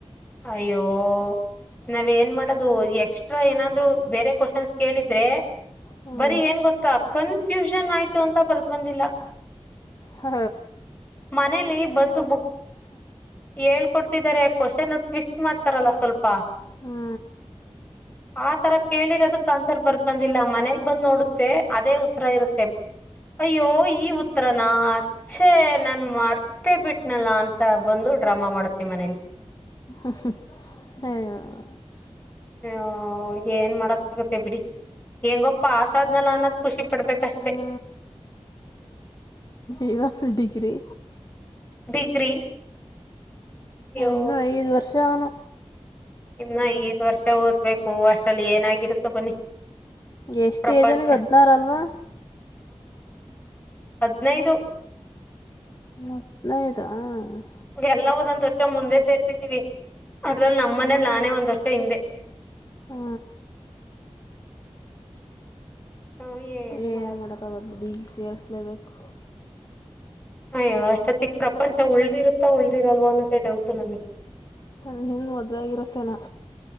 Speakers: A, on the left; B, on the left.
A: ಅಯ್ಯೋ ನಾವ್ ಏನ್ ಮಾಡೋದು ಎಕ್ಸ್ಟ್ರಾ ಏನಾದ್ರು ಬೇರೆ ಕ್ವಶನ್ಸ್ ಕೇಳಿದ್ರೆ
B: ಹ್ಞೂ
A: ಬರಿ ಏನ್ ಗೊತ್ತಾ ಕನ್ಫ್ಯೂಷನ್ ಆಯ್ತು ಅಂತ ಬರ್ದ ಬಂದಿಲ್ಲ
B: ಹ
A: ಮನೇಲಿ ಬಂದು ಬುಕ್ ಹೇಳ್ಕೊಡ್ತಿದ್ದಾರೆ ಕ್ವಶನ್ ಟೆಸ್ಟ್ ಮಾಡ್ತಾರಲ್ಲ ಸ್ವಲ್ಪ
B: ಹ್ಞೂ
A: ಆ ತರ ಕೇಳಿರೋದಕ್ ಆನ್ಸರ್ ಬರ್ದ್ ಬಂದಿಲ್ಲ ಮನೇಲ್ ಬಂದ್ ನೋಡುತ್ತೆ ಅದೇ ಉತ್ತರ ಇರುತ್ತೆ ಅಯ್ಯೋ ಈ ಉತ್ತರನಾ ಅಚ್ಚೆ ನನ್ ಮರ್ತೇ ಬಿಟ್ನಲ್ಲ ಅಂತ ಬಂದು ಡ್ರಾಮಾ ಮಾಡುತ್ತೆ ಮನೇಲಿ
B: <unintelligible>
A: ಅಯ್ಯೋ ಹಓ ಏನ್ ಮಾಡಕ್ ಆಾಗುತ್ತೆ ಬಿಡಿ ಹೆಂಗಪ್ಪ ಆಸ ಆದ್ನಲ್ಲ ಅನ್ನೋದ್ ಖುಷಿ ಪಡ್ಬೇಕಷ್ಟೇ
B: ಹ್ಞೂ ಈ ವರ್ಷ ಡಿಗ್ರಿ
A: ಡಿಗ್ರಿ ಅಯ್ಯೋ
B: ಇನ್ನೂ ಐದು ವರ್ಷ ಅವನು
A: ಇನ್ನ ಐದು ವರ್ಷ ಓದ್ಬೇಕು ಅಷ್ಟಲ್ಲಿ ಏನಾಗಿರುತ್ತೋ ಬನ್ನಿ
B: ಎಷ್ಟು
A: ಪ್ರಪಂಚ
B: ಏಜ್ನಿಗೆ ಹದನಾರ ಅಲ್ವಾ
A: ಹದಿನೆಯ್ದು
B: <inaudible>
A: ಎಲ್ಲಾ ಒಂದೊಂದ್ ವರ್ಷ ಮುಂದೆ ಸೇರ್ಸಿದೀವಿ ಅದ್ರಲ್ಲಿ ನಮ್ಮ ಮನೇಲಿ ನಾನೇ ಒಂದ್ ವರ್ಷ ಹಿಂದೆ
B: ಹ್ಞೂ
A: ಹ ಏನು
B: ಏ
A: ಮಾಡಕ್
B: ಮಾಡೋಕ್ಕ ಹಾಗುತೆ ಬಿಡಿ ಸೇರಿಸಲೇಬೇಕು
A: ಅಯ್ಯೋ ಅಷ್ಟೊತ್ತಗ್ ಪ್ರಪಂಚ ಉಳ್ದಿರುತ್ತಾ ಉಳ್ದಿರಲ್ವ ಅನ್ನೋದೇ ಡೌಟು ನಮಗೆ
B: ನಿಮ್ದ ಮದುವೆಗರುತ್ತೇನಾ